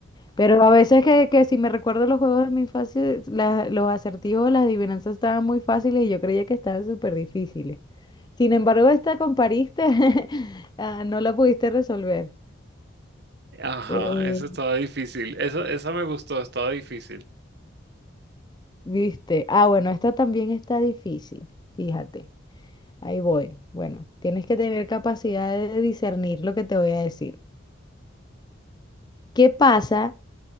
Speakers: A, on the left (about 20°); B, on the right (about 55°).
A: Pero a veces que, que si me recuerdo los juegos de mi infancia, la- los acertijos, las adivinanzas estaban muy fáciles y yo creía que estaban súper difíciles. Sin embargo, esta compariste, <laughs> ah, no la pudiste resolver.
B: Ajá,
A: Eh,
B: eso estaba difícil. Eso, esa me gustó, estaba difícil.
A: ¿viste? Ah, bueno, esta también está difícil, fíjate. Ahí voy. Bueno, tienes que tener capacidad de discernir lo que te voy a decir. ¿Qué pasa